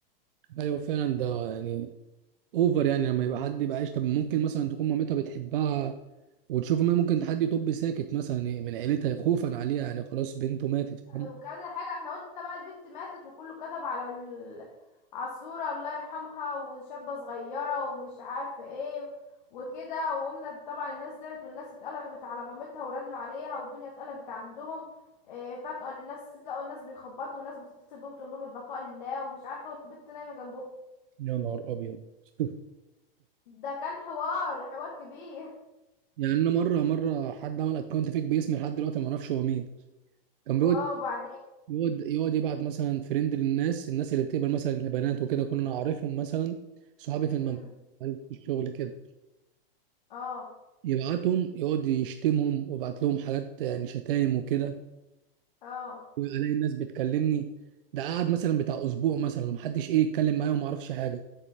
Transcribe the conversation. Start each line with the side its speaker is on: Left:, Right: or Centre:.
Right: ايوه فعلا ده يعني اوفر يعني لما يبقى حد يبقى عايش طب ممكن مثلا تكون مامتها بتحبها وتشوف ما ممكن حد يطب ساكت مثلا إيه من عيلتها خوفا عليها يعني خلاص بنته ماتت فاهم
Left: وكذا حاجة احنا قلنا بقى البنت ماتت وكله كتب على ال... على الصورة الله يرحمها وشابة صغيرة ومش عارفة ايه وكده وقمنا طبعا الناس زعلت والناس اتقلبت على مامتها ورنوا عليها والدنيا اتقلبت عندهم اه فجأة الناس لقوا الناس بيخبطوا والناس بتتصل بيهم تقول لهم البقاء لله ومش عارفة والبنت نايمة جنبهم
Right: يا نهار ابيض <laughs>
Left: ده كان حوار حوار كبير
Right: يعني انا مرة مرة حد عمل اكونت فيك باسمي لحد دلوقتي ما اعرفش هو مين كان بيقعد
Left: <laughs> واو وبعدين
Right: يقعد يقعد يبعت مثلا فريند للناس الناس اللي بتقبل مثلا البنات وكده كنا نعرفهم مثلا صحابي في المنزل
Left: مم.
Right: في الشغل كده
Left: اه
Right: يبعتهم يقعد يشتمهم ويبعت لهم حاجات يعني شتايم وكده
Left: اه
Right: والاقي الناس بتكلمني ده قعد مثلا بتاع اسبوع مثلا ومحدش ايه يتكلم معايا وما اعرفش حاجه